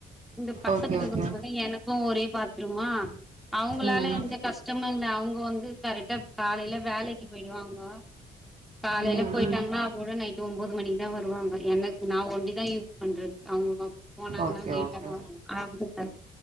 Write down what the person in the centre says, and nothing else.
இந்த பக்கத்துல
இருக்கறவங்க
வந்து எனக் இப்ப ஒரே பாத்ருமா அவ்ங்களால
எந்த கஷ்டமு இல்ல அவுங்க வந்து கரெக்டா காலையில வேலைக்கு போயிடுவாங்கோ காலையில
போயி
ட்டாங்கன்னா அதோட நைட்டு ஒன்போது மணிக்கு தா வருவாங்க எனக்கு நா ஒண்டிதா யூஸ் பண்றது அவ்ங்க போனாங்கன்னா
லேட்டாத
வரு‌வாங்க